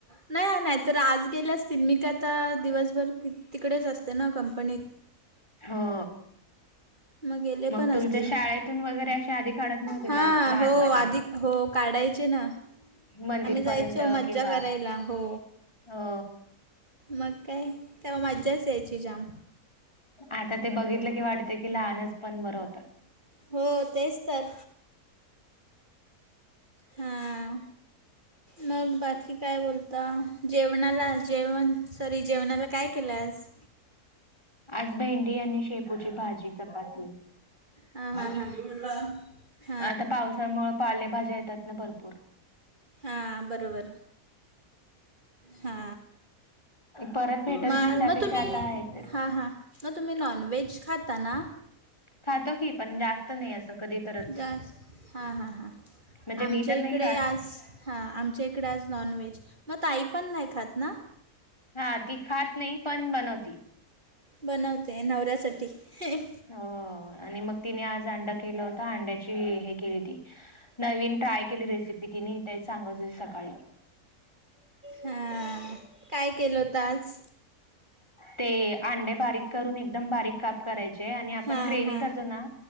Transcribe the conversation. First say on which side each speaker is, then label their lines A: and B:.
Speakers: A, on the right; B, on the left.
A: नाही ओ. नाही तर आज गेल्या असतील. मी काय आता दिवसभर तिकडेच असते ना कंपनीत.
B: हो.
A: गेले
B: मग
A: पण
B: तुमच्या
A: असतील
B: शाळेतून वगैरे अशी आधी काढत नव्हते
A: हां
B: का लहानपणी?
A: हो आधी हो काढायचे ना.
B: मंदिरपर्यंत
A: आम्ही जायचो मज्जा
B: किंवा
A: करायला. हो.
B: हो
A: मग काय? तेव्हा मज्जाच यायची जाम.
B: आता ते बघितलं की वाटतय कि, लहानचपण बरं होतं.
A: हो. तेच तर. हां मग बाकी काय बोलता? जेवणाला? जेवण, सॉरी जेवणाला काय केलं आज?
B: आज भेंडी आणि शेपूची भाजी चपाती.
A: हा हा ह.
B: आता पावसामुळं पालेभाज्या येतात ना, भरपूर.
A: हां बरोबर. हा
B: परत भेटत
A: म आ,
B: नाही त्यापेक्षा
A: मग तुम्ही,
B: आता आहे तर
A: हा-हा. मग तुम्ही नॉनव्हेज खाताना?
B: खातो की पण जास्त नाही, असं कधी तरच.
A: जास्त हां हां हां
B: म्हणजे
A: आमच्या
B: मी तर नाही
A: इकडे
B: खात
A: आज हां आमच्या इकडे आज नॉनव्हेज, मग ताई पण नाही खात ना?
B: हा ती खात नाही, पण बनवती.
A: बनवते, नवऱ्यासाठी हीं ह.
B: हो आणि मग तिने आज अंडा केला होता, अंड्याची हे केली होती. नवीन ट्राय केली रेसिपी तिने, तेचं सांगत होती सकाळी.
A: हा काय केलं होत आज?
B: ते अंडे बारीक करून एकदम बारीक काप करायचे आणि आपण
A: हां
B: ग्रेव्हि
A: हां
B: करतो ना?